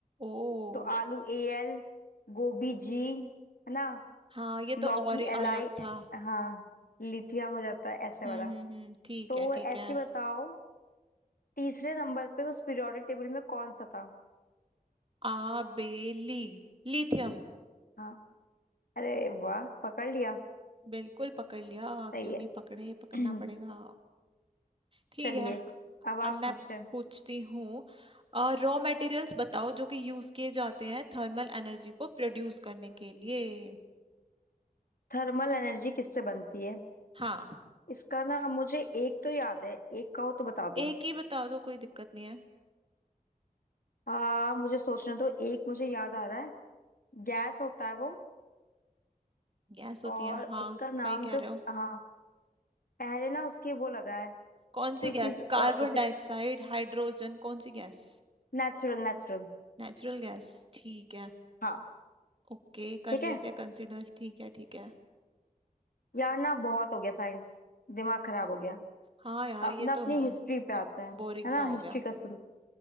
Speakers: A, on the right; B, on the left.
A: ओ
B: तो आलू ए एल गोभी जी है ना
A: हाँ ये तो
B: लौकी
A: और ही
B: एल
A: अलग
B: आई
A: था
B: हाँ लिथियम हो जाता है ऐसे
A: हम्म
B: वाला
A: हम्म हम्म, ठीक
B: तो
A: है ठीक
B: ऐसे
A: है
B: बताओ तीसरे नंबर पे उस पीरियोडिक टेबल में कौन सा था
A: आबेली लिथियम
B: हाँ अरे वाह पकड़ लिया
A: बिल्कुल पकड़ लिया
B: सही
A: क्यों
B: है
A: नहीं पकड़े पकड़ना
B: <clears throat>
A: पड़ेगा ठीक
B: चलिए
A: है
B: अब आप
A: अब मैं
B: पूछे
A: पूछती हूँ रॉ मटेरियल्स बताओ जो कि यूज किए जाते हैं थर्मल एनर्जी को प्रोड्यूस करने के लिए
B: थर्मल एनर्जी किससे बनती है
A: हाँ
B: इसका ना मुझे एक तो याद है एक कहो तो बता दूं
A: एक ही बताओ तो कोई दिक्कत नहीं है
B: हाँ मुझे सोचने दो एक मुझे याद आ रहा है गैस होता है वो
A: गैस होती
B: और
A: है हाँ
B: उसका नाम
A: सही कह
B: जो
A: रहे हो
B: हाँ पहले ना उसके वो लगा है
A: कौन
B: कोई
A: सी गैस
B: चीज
A: कार्बन
B: अ, उसे
A: डाइऑक्साइड हाइड्रोजन कौन सी गैस
B: नेचुरल नेचुरल
A: Natural gas ठीक है
B: हाँ
A: ओके कर
B: ठीक है
A: लेते हैं कंसिडर ठीक है ठीक है
B: यार ना बहुत हो गया साइंस दिमाग खराब हो गया
A: हाँ यार
B: अब
A: ये
B: ना
A: तो
B: अपनी
A: है
B: हिस्ट्री पे आते हैं
A: बोरिंग
B: है
A: सा
B: ना
A: हो
B: हिस्ट्री
A: गया
B: का सुन